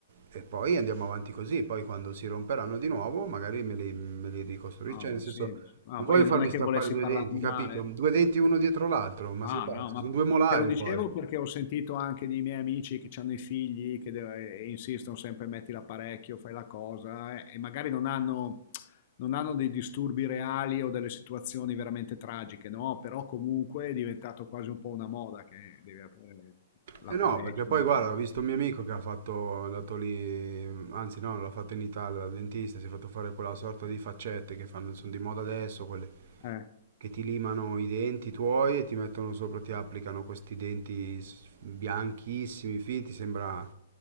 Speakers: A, on the right; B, on the left.
A: e poi andiamo avanti così, poi quando si romperanno di nuovo magari me li, me li ricostruisci,
B: Ah,
A: cioè
B: ma
A: nel senso
B: sì, ma sì. Ah,
A: non
B: poi
A: voglio
B: io
A: farmi
B: non è che
A: strappare
B: volessi
A: due
B: parlarne
A: denti, capito?
B: male. eh.
A: Due denti uno dietro l'altro, ma sei
B: Ah,
A: pazzo,
B: no, ma
A: sono due molari
B: te lo dicevo
A: poi.
B: perché ho sentito anche dei miei amici che hanno i figli che de- e insistono sempre, metti l'apparecchio, fai la cosa, e, e magari non hanno, non hanno dei disturbi reali o delle situazioni veramente tragiche, no? Però comunque è diventato quasi un po' una moda che devi avere l'apparecchio.
A: Eh no, perché poi guarda,
B: cioè.
A: ho visto un mio amico che ha fatto, è andato lì, anzi no, l'ha fatto in Italia dal dentista, si è fatto fare quella sorta di faccette che fanno, sono di moda adesso, quelle
B: Eh,
A: che ti limano i denti tuoi e ti mettono sopra, ti applicano questi denti s- bianchissimi, finti, sembra,